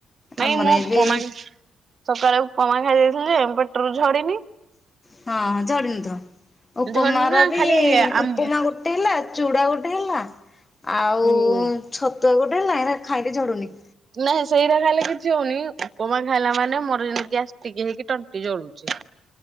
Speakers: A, on the right; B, on the left.
A: ନାଇଁ
B: ଆମର
A: ମୁଁ
B: ଏବେ
A: ଉପମା ସକାଳେ ଉପମା ଖାଇ ଦେଇ ଦେଇଥିଲି ଯେ ପେଟରୁ ଝଡିିନି
B: ହଁ ଝଡ଼ିନଥିବ ଉପମା
A: ଝଡିନି
B: ର
A: ନା
B: ବି
A: ଖାଲି ଆମ
B: ଉପମା ଗୋଟେ ଗୋଟେ ହେଲା ଚୁଡା ଗୋଟେ ହେଲା ଆଉ
A: ଉଁ
B: ଛତୁଆ ଗୋଟେ ହେଲା ଏହା ଖାଇଲେ ଝଡୁନି।
A: ନାଇଁ ସେଇଟା ଖାଇଲେ କିଛି ହଉନି ଉପମା ଖାଇଲା ମାନେ ମୋର ଯେ ଗ୍ୟାସଟିକି ହେଇକି ତଣ୍ଟି ଜଳୁଛି।